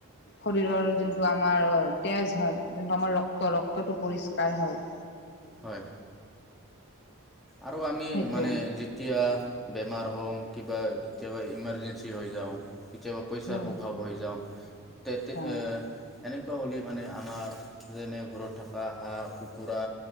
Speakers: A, on the left (about 50°); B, in the centre.
A: শৰীৰৰ যোনটো আমাৰ তেজ হয় যোনটো আমাৰ ৰক্ত ৰক্তটো পৰিষ্কাৰ হয়
B: হয় আৰু আমি
A: সেইটোৱে
B: মানে যেতিয়া বেমাৰ হওঁ কিবা কেতিয়াবা ইমাৰজেঞ্চি হৈ যাওঁ কেতিয়াবা পইচাৰ
A: উম
B: অভাৱ হৈ যাওঁ তেতিয়া
A: হয়
B: এনেকুৱা হ'লে মানে আমাৰ যেনে ঘৰত থকা হাঁহ কুকুৰা